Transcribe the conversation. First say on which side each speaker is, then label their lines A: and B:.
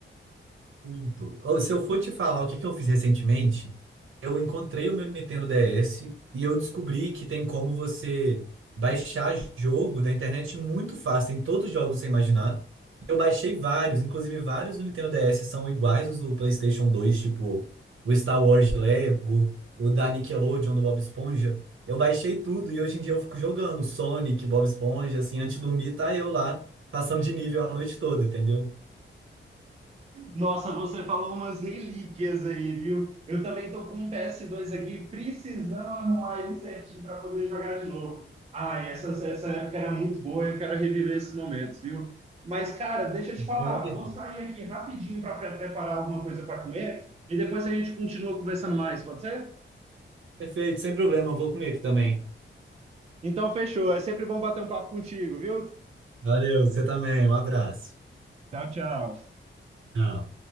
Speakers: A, on the right; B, on the right.
A: Muito. Ou, se eu for te falar o que que eu fiz recentemente, eu encontrei o meu Nintendo DS e eu descobri que tem como você baixar jogo da internet muito fácil. Tem todos os jogos que você imaginar. Eu baixei vários, inclusive vários do Nintendo DS são iguais os do PlayStation dois tipo o Star Wars Lego, o da Nickelodeon, do Bob Esponja. Eu baixei tudo e hoje em dia eu fico jogando Sonic, Bob Esponja, assim, antes de dormir, tá eu lá, passando de nível a noite toda, entendeu?
B: Nossa, você falou umas relíquias aí, viu? Eu também tô com um PS2 aqui, precisando arrumar ele certinho para poder jogar de novo. Ai, essa, essa época era muito boa, eu quero reviver esses momentos, viu? Mas, cara, deixa eu te falar,
A: conta
B: vou sair aqui rapidinho para preparar alguma coisa para comer e depois a gente continua conversando mais, pode ser?
A: Perfeito, sem problema, eu vou comer aqui também.
B: Então, fechou. É sempre bom bater um papo contigo, viu?
A: Valeu, você também. Um abraço.
B: Tchau, tchau.
A: Tchau.